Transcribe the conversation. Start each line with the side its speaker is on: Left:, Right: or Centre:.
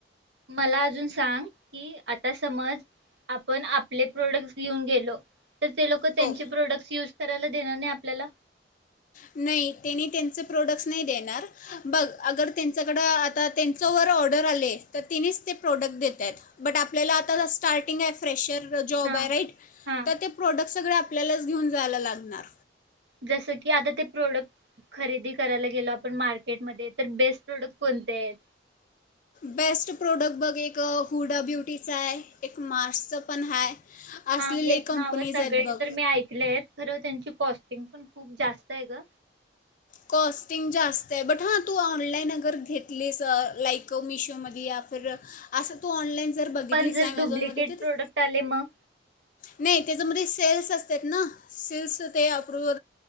Right: मला अजून सांग की आ.. तर समाज आपण आपले प्रोडक्ट घेऊन गेलो तर ते लोक त्यांचे
Left: हो
Right: प्रोडक्टस युज.. करायला देणार नाही आपल्याला
Left: नाही त्यांनी त्यांचे प्रोडक्टस नाही देणार बघ अगर त्यांच्याकडं आता त्यांच्यावर ऑर्डर आले तर तेणीच प्रोडक्ट देत आहेत बट आपल्याला आता स्टार्टिंग आहे फ्रेशर... जो
Right: हा
Left: राईट
Right: हा
Left: तर ते प्रोडक्ट सगळे आपल्यालाच घेऊन जायला लागणार.
Right: जस की आता ते प्रोडक्ट खरेदी करायला गेलो आपण मार्केटमध्ये तर बेस्ट प्रोडक्ट कोणते आहेत?
Left: बेस्ट प्रोडक्ट बघ एक हुडा ब्युटीचा आहे एक मार्सचं पण हा आहे. असलेले
Right: हा हेच
Left: लई कंपनीज
Right: नाव सगळे
Left: आहेत बघ
Right: तर मी ऐकले आहेत खर त्यांची कॉस्ट पण खूप जास्त आहे ग
Left: कॉस्टिंग जास्त आहे बट हा तू ऑनलाईन अगर घेतलीस लाईक मिशोमध्ये या असं तू ऑनलाईन जर बघितलीस
Right: पण जर
Left: ॲमेझॉनमध्ये
Right: डुप्लिकेट
Left: तर ते
Right: प्रोडक्ट आले मग..
Left: नाही त्याच्यामध्ये सेल्स असतात ना सेल्स ते अप्रुव..